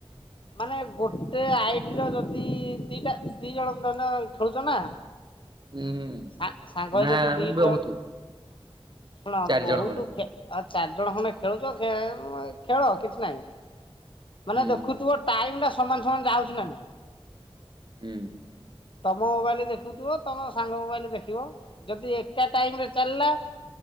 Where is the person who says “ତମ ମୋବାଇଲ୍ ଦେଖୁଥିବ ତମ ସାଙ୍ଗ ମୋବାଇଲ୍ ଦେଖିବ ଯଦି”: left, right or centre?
Left